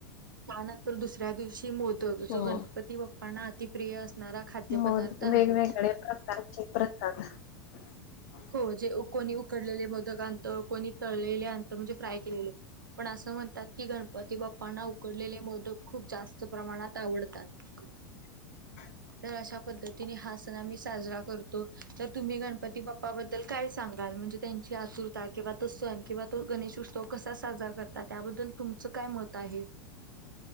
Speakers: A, on the right; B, on the left.
A: त्यानंतर दुसऱ्या दिवशी मोदक जो
B: हो
A: गणपती बाप्पांना अतिप्रिय अस. णारा खाद्य
B: मग
A: पदार्थ आहे.
B: वेगवेगळे प्रकारचे प्रसाद <inaudible>
A: हो जे कोणी उकडलेले मोदक आणत, कोणी तळलेले आणत म्हणजे फ्राय केलेले. पण असं म्हणतात की गणपती बाप्पांना उकडलेले मोदक खूप जास्त प्रमाणात आवडतात.
B: <inaudible>
A: तर अशा पद्धतीने हा सण आम्ही साजरा करतो. तर तुम्ही गणपती बाप्पाबद्दल काय सांगाल म्हणजेच त्यांची आतुरता किंवा, तो सण किंवा तो गणेश उत्सव कसा साजरा करतात त्याबद्दल तुमचं काय मत आहे?